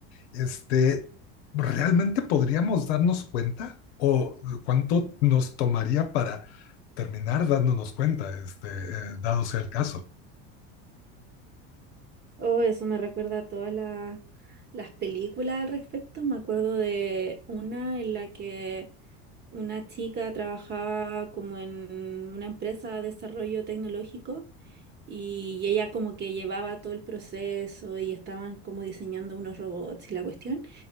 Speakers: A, on the left (about 80°); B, on the right (about 35°).
A: este, ¿realmente podríamos darnos cuenta? ¿O cuánto nos tomaría para terminar dándonos cuenta, este, eh, dado sea el caso?
B: Oh, eso me recuerda a todas la- las películas al respecto. Me acuerdo de una en la que una chica trabajaba como en una empresa de desarrollo tecnológico y ella como que llevaba todo el proceso y estaban como diseñando unos robots y la cuestión.